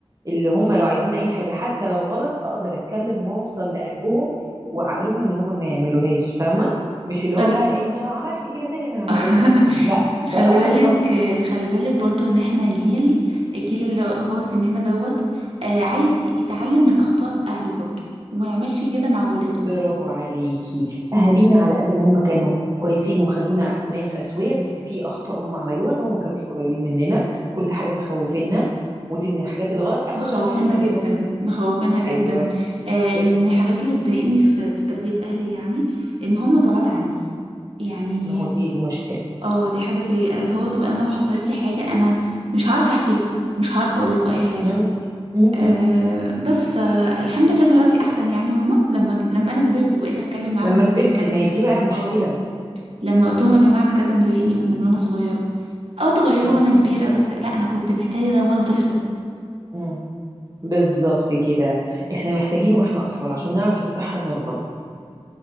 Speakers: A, on the right (about 35°); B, on the right (about 70°).
A: اللي هم لو عايزين اي حاجه حتى لو غلط اقدر اتكلم واوصل لقلبهم وعقلهم ان هم ما يعملوهاش فاهمه مش اللي
B: خل...
A: هو بقى انت لو عملت كده تاني انا هموتك
B: <laughs>
A: لا ده
B: خلي
A: بقى
B: بالك
A: غلط
B: خلي بالك برضو ان احنا جيل الجيل اللي هو سننا دوت آه، عايز يتعلم من اخطاء اهله برضو وما يعملش كده مع ولاده
A: برافو عليكي اهالينا على قد ما هم كانوا كويسين وخلونا ناس اسويه بس في اخطاء هم عملوها ان هم ما كانوش قريبين مننا كل حاجه مخوفينا ودي من الحاجات اللي غلط اخد
B: مخوفينها
A: بقى منها التربيه
B: جدا
A: الحديثه
B: مخوفينها جدا
A: ايوه
B: آه، من الحاجات اللي بتضايقني في في تربية أهلي يعني إن هم بعاد عني يعني
A: ما هو دي دي مشكله
B: اه دي حاجة سيئة اللي هو طب أنا لو حصلت لي حاجة أنا مش هعرف أحكي لكم مش هعرف أقول لكم أي حاجة
A: مم. م -م
B: أه
A: -م.
B: بس فالحمد لله دلوقتي أحسن يعني هم لما لما أنا كبرت وبقيت أتكلم معاهم
A: لما
B: من
A: كبرتي
B: دق
A: ما هي دي بقى مشكله
B: اه لما قلت لهم يا جماعة أنا كذا مضايقني من وأنا صغيرة اه اتغيروا
A: م
B: وأنا كبيرة بس لأ أنا كنت محتاجة ده وأنا طفلة
A: -م. بالظبط كده احنا محتاجين واحنا اطفال عشان نعرف الصح من الغلط